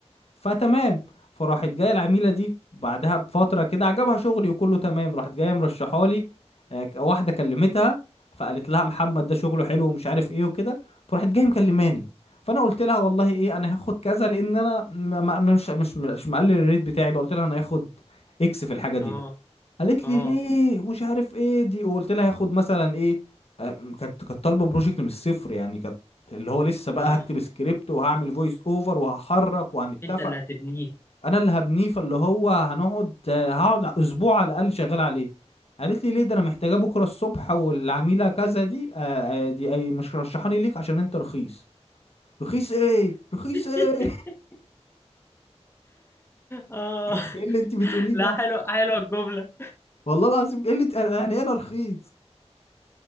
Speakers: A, on the left; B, on the left.
A: فتمام فراحت جايه العميله دي بعدها بفتره كده عجبها شغلي وكله تمام راحت جايه مرشحه لي آه، ك- واحده كلمتها فقالت لها محمد ده شغله حلو ومش عارف ايه وكده فراحت جايه مكلماني فانا قلت لها والله ايه انا هاخد كذا لان انا م- م- مش مش مش مقلل الريت بتاعي بقى قلت لها انا هاخد اكس في الحاجه دي
B: اه
A: قالت
B: اه
A: لي ليه ومش عارف ايه دي وقلت لها هاخد مثلا ايه آه، كانت كانت طالبه بروجكت من الصفر يعني كانت اللي هو لسه بقى
B: اه
A: هكتب سكريبت وهعمل فويس اوفر وهحرك وهنتفق
B: أنت اللي هتبنيه
A: انا اللي هبنيه فاللي هو هنقعد آه، هقعد اسبوع على الاقل شغال عليه قالت لي ليه ده انا محتاجاه بكره الصبح والعميله كذا دي آه آه، دي اي مش رشحاني ليك عشان انت رخيص رخيص ايه رخيص
B: <laughs>
A: ايه
B: اه
A: <laughs> ايه اللي انت بتقوليه
B: لا
A: ده
B: حلو حلوة الجملة
A: والله العظيم ايه اللي ت- يعني إيه انا رخيص